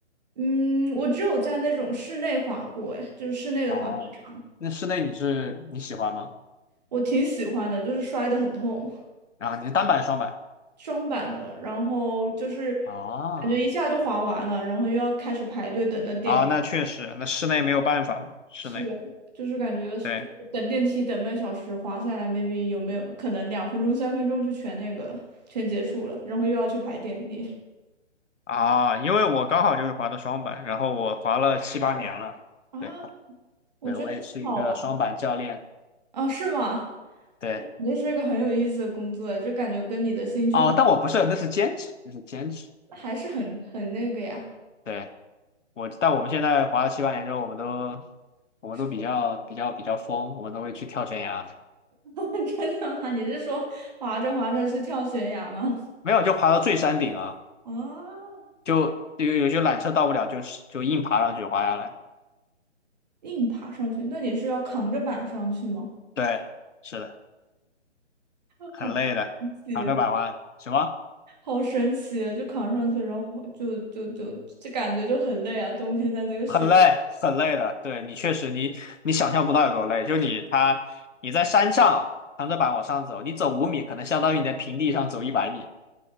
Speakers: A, on the right; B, on the left.
A: 嗯，我只有在那种室内滑过，哎，就是室内的滑雪场，
B: 哦，那室内你是你喜欢吗？
A: 我挺喜欢的，就是摔得很痛，
B: 啊，你是单板双板？
A: 双板的，然后就是
B: 啊
A: 感觉一下就滑完了，然后又要开始排队等那点
B: 啊，那确实，那室内没有办法嘛，室内
A: 是，就是感觉就等电梯等半小时，
B: 对。
A: 滑下来，maybe 有没有可能两分钟、三分钟就全那个了，全结束了，然后又要去排电梯
B: 啊，因为我刚好就是滑的双板，然后我滑了七八年了。
A: 啊？
B: 对，
A: 我觉得很好玩
B: 对，我也是一个双板教练。
A: 啊，是吗？
B: 对，
A: 这肯定是一个很有意思的工作哎，就感觉跟你的兴趣很，
B: 哦，但我不是，那是兼职，那是兼职。
A: 还是很很那个呀。
B: 对，我，但我们现在滑了七八年之后，我们都，我们都比较比较比较疯，
A: 是吗
B: 我们都会去跳悬崖，
A: <laughs> 真的吗？你是说滑着滑着去跳悬崖吗？
B: 没有就爬到最山顶啊，
A: 啊，
B: 就有有些缆车到不了，就是就硬爬上去滑下来。
A: 硬爬上去？那你是要扛着板上去吗？
B: 对，是的，
A: <laughs> 好神奇！
B: 很累的，长着板滑什么？
A: 好神奇，就扛上去，然后就就就就感觉就很累啊，冬天在那个雪。
B: 很累，很累的。对你确实你，你想象不到有多累。就你他，你在山上扛着板往上走，你走五米，可能相当于你在平地上走一百米。